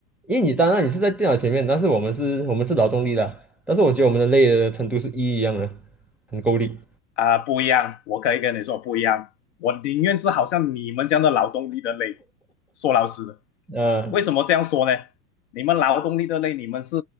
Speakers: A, in the centre; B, on the left.
A: 因为你当然你是在电脑前面，但是我们是我们是劳动力的，但是我觉得我们的累的程度是一样的，很够力。
B: 啊、呃不一样，我可以跟你说不一样，我宁愿是好像你们这样的劳动力的累，说老实的，
A: 嗯
B: 为什么这样说呢？你们劳动力的累，你们是